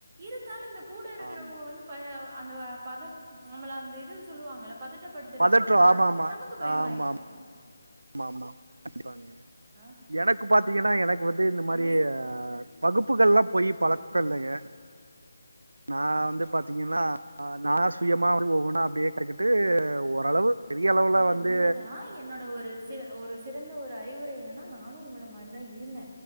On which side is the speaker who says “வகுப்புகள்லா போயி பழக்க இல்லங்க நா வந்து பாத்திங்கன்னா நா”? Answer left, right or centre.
Right